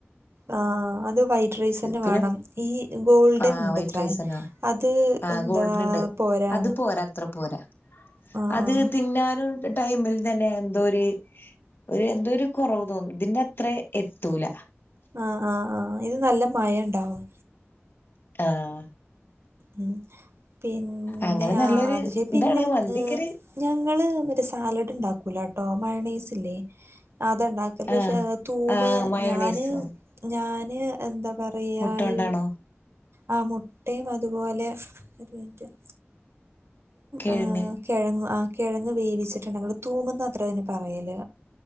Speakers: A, on the right; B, on the left.
A: ആഹ് അത് വൈറ്റ് റൈസന്നെ
B: പിന്നെ
A: വേണം ഈ ഗോൾഡൻ
B: ആ
A: ഉണ്ട്ത്രേ
B: വൈറ്റ് റൈസ് തന്നെയാണ്
A: അത്
B: ആ
A: എന്താ
B: ഗോൾഡൻ ഇണ്ട്
A: പോരാന്ന്
B: അത് പോരാ അത്ര പോരാ
A: ആഹ്
B: അത്
A: ആഹ്
B: തിന്നാനും ടൈമിൽ തന്നെ എന്തോ ഒരു ഒരു എന്തോ ഒര് കൊറവ് തോന്നും ഇതിന്റെ അത്ര എത്തൂല
A: ആഹ് ആഹ് ആഹ് ഇത് നല്ല മഴ ഇണ്ടാവും
B: ആഹ്
A: ഉം പിന്നെ
B: അങ്ങനെ നല്ലൊരു
A: അത് ശ പിന്നെ
B: ഇതാണ് മന്തിക്കൊരു
A: ഞങ്ങള് മറ്റെ സാലഡ് ഉണ്ടാക്കും കുലടോം മയോണേസില്ലേ അത്ണ്ടാക്കല്
B: ആ
A: പക്ഷേ തൂമ്
B: ആ മയോണൈസ്
A: ഞാന് ഞാന് എന്താ പറയാ
B: മുട്ട കൊണ്ടാണോ
A: ഈ ആ മുട്ടയും അതുപോലെട് <unintelligible>
B: കിഴങ്ങ്
A: ആ കെഴങ്ങ് ആ കിഴങ്ങ് വേവിച്ചിട്ടുണ്ടങ്കൾ തൂമന്നത്ര അതിന് പറ് യല്